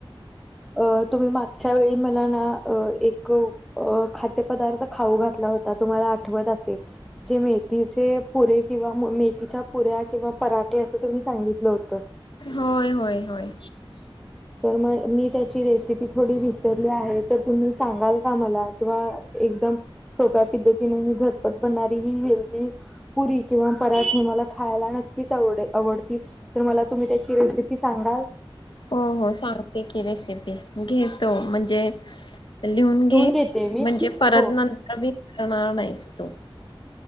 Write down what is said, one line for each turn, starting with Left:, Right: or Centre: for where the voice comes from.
Centre: अ तुम्ही मागच्या वेळी मला ना अ एक अ खाद्यपदार्थ खाऊ घातला होता तुम्हाला आठवत असेल जे मेथीचे पुरे किंवा मेथीच्या पुऱ्या किंवा पराठे असं तुम्ही सांगितलं होतं
Left: होय होय होय
Centre: तर मग मी त्याची रेसिपी थोडी विसरली आहे तर तुम्ही सांगाल का मला किंवा एकदम सोप्या पद्धतीने झटपट बनणारी ही हेल्दी पुरी किंवा पराठे मला खायला नक्कीच आवडे आवडतील तर मला तुम्ही त्याची रेसिपी सांगाल
Left: हो हो सांगते की रेसिपी घेतो म्हणजे लिहून घे म्हणजे
Centre: घेते मी
Left: परत
Centre: हो
Left: नंतर मीकणार नाहीस तो